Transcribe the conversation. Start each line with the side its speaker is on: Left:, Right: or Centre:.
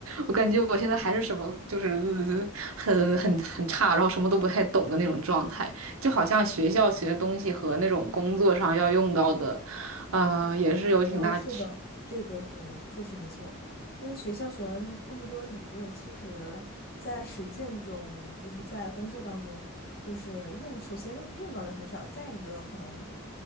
Right: 我感觉我现在还是什么，就是呃 <laughs> 很很很差，然后什么都不太懂的那种状态。就好像学校学的东西和那种工作上要用到的，呃，也是有挺大区。
Left: <laughs> 哦，是的，这个是确实没错。就是学校学了那么多理论，其实在实践中，就是在工作当中，就是用首先用到的很少，再一个可能